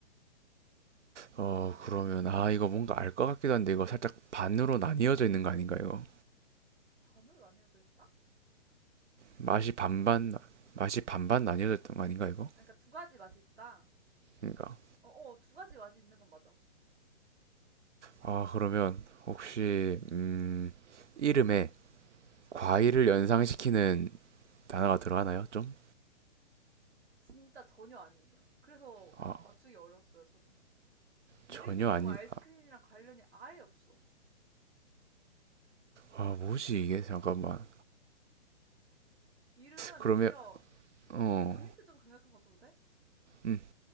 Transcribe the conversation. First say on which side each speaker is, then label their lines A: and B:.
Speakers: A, on the right; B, on the right.
A: 어, 그러면, 아, 이거 뭔가 알 것 같기도 한데, 이거 살짝 반으로 나뉘어져 있는 거 아닌가, 이거?
B: 반으로 나뉘어져 있다?
A: 맛이
B: 반?
A: 반반, 맛이 반반 나뉘어져 있던 거 아닌가, 이거?
B: 아, 그러니까 두 가지 맛이 있다.
A: 그러니까.
B: 어, 어, 두 가지 맛이 있는 건 맞아.
A: 아, 그러면, 혹시, 음, 이름에 과일을 연상시키는 단어가 들어가나요, 좀?
B: 진짜 전혀 아니에요. 그래서
A: 아,
B: 맞추기 어려웠어요, 저도. 이름이
A: 전혀
B: 너무
A: 아니다.
B: 아이스크림이랑 관련이 아예 없어.
A: 아, 뭐지, 이게? 잠깐만.
B: 이름은
A: 그러면,
B: 오히려
A: 어,
B: 이거, 이거 힌트 좀 강력한 거 줘도 돼?
A: 음,